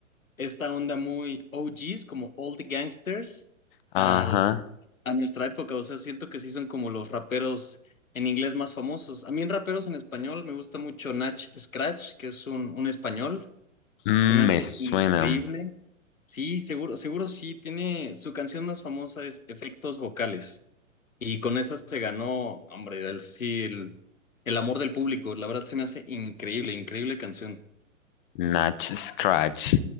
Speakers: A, on the left; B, on the left.
A: esta onda muy o g's como all the Gangsters,
B: Ajá,
A: al, a nuestra época. O sea, siento que sí son como los raperos en inglés más famosos. A mí en raperos en español me gusta mucho Nach Scratch, que es un, un español.
B: mm,
A: Se me hace
B: me suena.
A: increíble. Sí, seguro, seguro sí. Tiene su canción más famosa es Efectos Vocales. Y con esa se ganó, hombre, el, sí, el, el amor del público. La verdad se me hace increíble, increíble canción.
B: Natch Scratch.